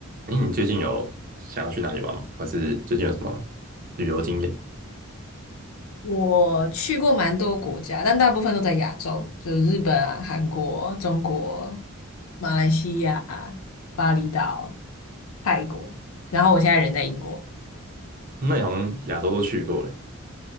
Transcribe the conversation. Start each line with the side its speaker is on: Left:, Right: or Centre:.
Right: 哎，你最近有想要去哪里玩吗？或是最近有什么旅游经验？
Left: 我去过蛮多国家，但大部分都在亚洲，就是日本啊、韩国、中国、马来西亚、巴厘岛、泰国，然后我现在人在英国。
Right: 那你好像亚洲都去过了，